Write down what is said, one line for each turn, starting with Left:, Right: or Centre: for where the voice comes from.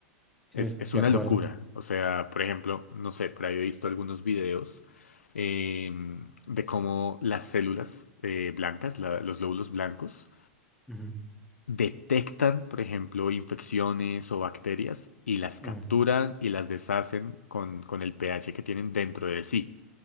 Centre: Sí,
Left: Es, es
Centre: de
Left: una
Centre: acuerdo.
Left: locura. O sea, por ejemplo, no sé, por ahí he visto algunos videos em, de cómo las células eh, blancas, la- los glóbulos blancos,
Centre: Ujú.
Left: detectan, por ejemplo, infecciones o bacterias y las capturan
Centre: Ujú.
Left: y las deshacen con, con el pH que tienen dentro de sí.